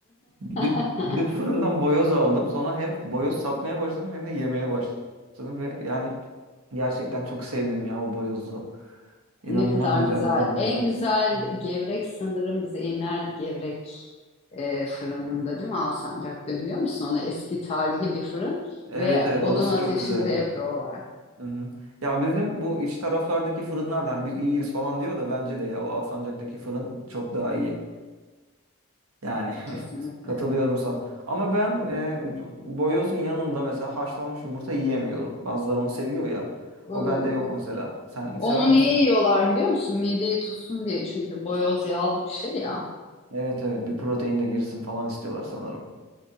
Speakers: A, on the right; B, on the left.
A: Gidip,
B: <laughs>
A: gidip fırından boyoz aldım. Sonra hem boyoz satmaya başladım hem de yemeye başladım. Ve yani gerçekten çok sevdim ya o boyozu. İnanılmaz
B: Ne kadar
A: güzel
B: güzel.
A: bir tadı
B: En
A: var.
B: güzel
A: Hı.
B: gevrek sanırım Zeynel Gevrek e, fırınında değil mi Alsancak'ta biliyor musun? Ona eski tarihi bir fırın
A: Evet
B: ve
A: evet
B: odun
A: orası
B: ateşinde
A: çok güzeldi.
B: yapıyorlar.
A: Hı hı. Ya bizim bu iç taraflardaki fırınlar da hani biz iyiyiz falan diyor da bence de ya o Alsancak'taki fırın çok daha iyi. Yani
B: Kesinlikle.
A: <laughs> katılıyorum sana. Ama ben e, boyozun yanında mesela haşlanmış yumurta yiyemiyorum. Bazıları onu seviyor ya.
B: Iı.
A: O bende yok mesela. Sen sever
B: Onu
A: misin?
B: niye yiyorlar biliyor musun? Mideyi tutsun diye. Çünkü boyoz yağlı bir şey ya.
A: Evet evet bir protein de girsin falan istiyorlar sanırım.